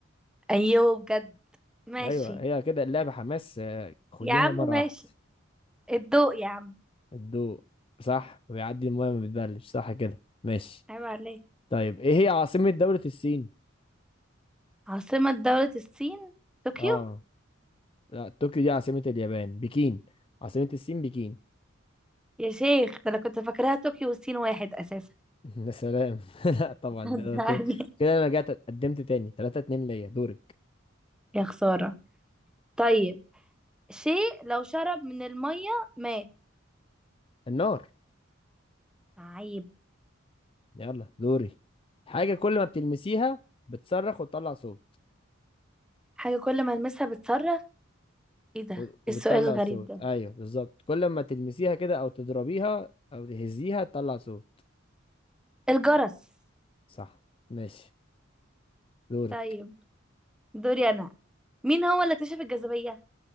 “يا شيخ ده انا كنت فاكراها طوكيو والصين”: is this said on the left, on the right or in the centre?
Centre